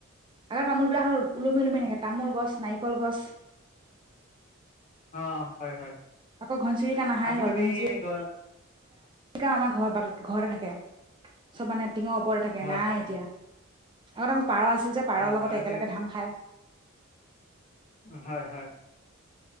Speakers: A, on the right; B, on the left.
A: আগৰ তামোল বিলাকত ওলমি ওলমি থাকে তামোল গছ নাই কলগছ
B: অঁ হয় হয়
A: আকৌ ঘনচুৰিকা নাহাই
B: আজিকালি
A: হ'ল ঘনচিৰি
B: গ
A: শা আমাৰ ঘ বাট ঘৰতে থাকে চব মানে টিঙৰ ওপৰতে থাকে
B: হয়
A: নাই
B: হয়
A: এতিয়া আগতে আমাৰ পাৰ আছিল যে পাৰৰ
B: হয়
A: লগত
B: হয় আজি
A: একেলগে ধান খায়
B: হয় হয়